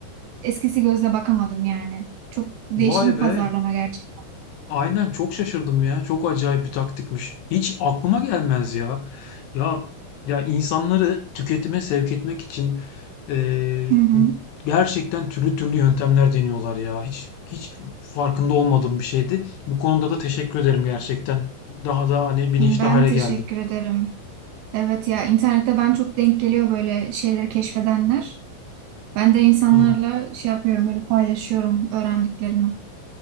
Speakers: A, on the right (about 80°); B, on the left (about 70°).
A: eskisi gözle bakamadım yani. Çok değişik
B: Vay
A: bir pazarlama
B: be.
A: gerçekten.
B: Aynen çok şaşırdım ya. Çok acayip bir taktikmiş. Hiç aklıma gelmez ya. Ya ya insanları tüketime sevk etmek için eee,
A: Hı hı.
B: gerçekten türlü türlü yöntemler deniyorlar ya. Hiç hiç farkında olmadığım bir şeydi. Bu konuda da teşekkür ederim gerçekten. Daha da hani bilinçli
A: Ben
B: hale
A: teşekkür
B: geldim.
A: ederim. Evet ya internette ben çok denk geliyor böyle şeyleri keşfedenler. Ben de insanlarla
B: Hmm.
A: şey yapıyorum, böyle paylaşıyorum öğrendiklerimi.